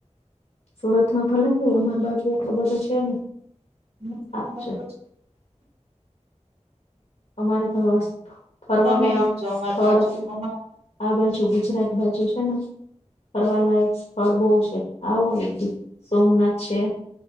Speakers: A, on the left (about 65°); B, on the right (about 55°).
A: સુરતમાં ભલે છેય અમારી બાજુ ખબર તો છે ને
B: <unintelligible>
A: સારું છે અમારે તો ફરવા
B: તમે
A: લાયક
B: આવજો અમાર
A: સ્થળ
B: બાજુ અમાર
A: આ બાજુ ગુજરાત બાજુ છે ને ફરલાયક સ્થળ બહુ છે આવો એક દી સોમનાથ છે